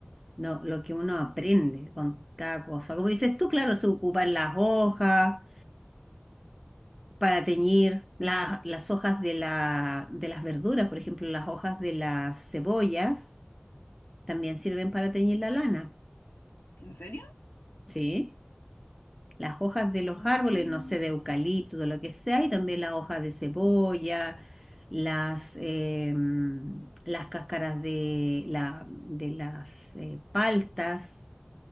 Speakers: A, in the centre; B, on the left (about 60°).
A: No, lo que uno aprende con cada cosa. Como dices tú, claro, se ocupan las hojas para teñir la- las hojas de, la, de las verduras, por ejemplo, las hojas de las cebollas También sirven para teñir la lana,
B: ¿en serio?
A: ¿sí? Las hojas de los
B: Mm,
A: árboles, no sé, de eucalipto, de lo que sea, y también las hojas de cebolla, las, em, las cáscaras de, la, de las eh, paltas,